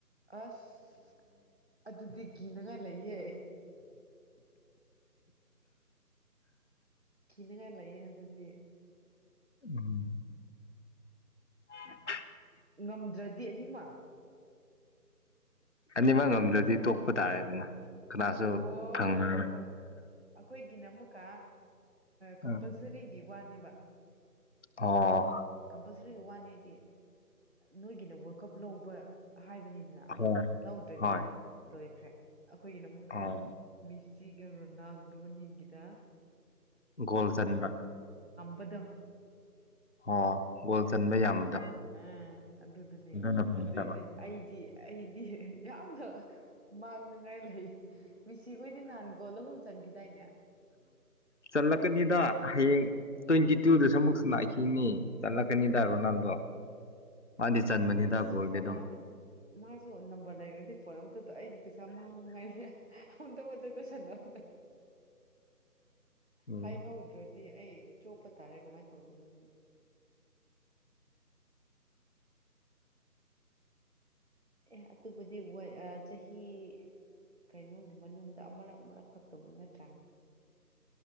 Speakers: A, on the right; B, on the left.
A: ꯑꯁ ꯑꯗꯨꯗꯤ ꯀ ꯃꯒ ꯂꯩꯌꯦ ꯀꯤꯅꯤꯡꯉꯥꯏ ꯂꯩꯌꯦ ꯍꯥꯏꯕꯗꯤ
B: ꯎꯝ <inaudible>
A: ꯉꯝꯗ꯭ꯔꯗꯤ ꯑꯅꯤꯃꯛ
B: ꯑꯅꯤꯃꯛ ꯉꯝꯗ꯭ꯔꯗꯤ ꯇꯣꯛꯄ ꯇꯥꯔꯦ ꯑꯗꯨꯅ ꯀꯅꯥꯁꯨ
A: ꯑꯣ ꯑꯣ
B: ꯐꯪꯉꯔꯣꯏ
A: ꯑꯣ ꯑꯣ ꯑꯩꯈꯣꯏꯒꯤꯅ ꯑꯃꯨꯛꯀ ꯀꯝꯄꯜꯁꯔꯤꯒꯤ
B: ꯎꯝ.
A: ꯋꯥꯅꯤꯕ
B: ꯑꯣ
A: ꯀꯝꯄꯜꯁꯔꯤ ꯋꯥꯅꯤ ꯍꯥꯏꯗꯤ ꯅꯣꯏꯒꯤꯅ ꯋꯥꯔꯜ ꯀꯞ ꯂꯧꯕ ꯍꯥꯏꯕꯅꯤꯗꯅ
B: ꯍꯣꯏ
A: ꯂꯧꯗ꯭ꯔꯗꯤ
B: ꯍꯣꯏ
A: ꯂꯣꯏ ꯈ ꯑꯩꯈꯣꯏꯒꯤꯅ ꯑꯃꯨꯛꯀꯥ
B: ꯑꯣ
A: ꯃꯤꯁ ꯁꯤꯒ ꯔꯣꯅꯥꯜ ꯙꯣꯅꯤꯒꯗ
B: ꯒꯣꯜ ꯆꯟꯗ
A: ꯀꯗ
B: ꯑꯣ ꯒꯣꯜ ꯆꯟꯕ ꯌꯥꯝꯕꯗꯣ
A: ꯎꯝ ꯑꯗꯨꯗꯅꯦꯕ
B: ꯑꯗꯨꯅ ꯐꯪꯒꯗꯕ
A: ꯑꯗꯨꯗꯤ ꯑꯩꯗꯤ ꯑꯩꯗꯤ ꯌꯥꯝꯅ ꯃꯥꯡꯅꯉꯥꯏ ꯂꯩ ꯃꯤꯁꯤꯈꯣꯏꯗꯤ ꯅꯍꯥꯟꯒꯣꯜꯂꯍꯨꯝ ꯆꯟꯈꯤꯗꯥꯏꯅꯦ
B: ꯆꯜꯂꯛꯀꯅꯤꯗ ꯍꯌꯦꯡ ꯇ꯭ꯋꯦꯟꯇꯤ ꯇꯨꯗꯁꯨ ꯑꯃꯨꯛ ꯁ ꯂꯛꯈꯤꯅꯤ ꯆꯠꯂꯛꯀꯅꯤꯗ ꯔꯣꯅꯥꯜꯗꯣ ꯃꯥꯗꯤ ꯆꯟꯕꯅꯤꯗ
A: ꯍꯁ
B: ꯒꯣꯜꯗꯤ
A: ꯐꯣꯟ
B: ꯑꯗꯨꯝ
A: ꯑ ꯃꯥꯁꯨ ꯅꯝꯕꯔ ꯂꯩꯔꯗꯤ ꯐꯣꯟ ꯑꯝꯇ ꯑꯩꯒꯤ ꯄꯩꯁꯥꯃꯥꯡꯉ ꯃꯅꯨꯡꯉꯥꯏꯅꯤ ꯑꯃꯗ ꯃꯖꯦꯗ ꯁꯗꯥꯅ
B: ꯎꯝ
A: ꯍꯥꯏ ꯍꯗ꯭ꯔꯣ ꯁꯤ ꯑꯩ ꯆꯣꯞꯄ ꯇꯥꯔꯦ ꯀꯃꯥꯏꯅ ꯇꯧꯗꯣꯏꯅꯣ ꯑꯩꯈꯣꯏꯗ ꯑꯦ ꯑꯗꯨꯕꯨꯗꯤ ꯆꯍꯤ ꯀꯩꯅꯣꯒꯤ ꯃꯅꯨꯡꯗ ꯑꯃꯛ ꯑꯃꯛ ꯈꯛꯇꯕꯨ ꯅꯠꯇ꯭ꯔꯥ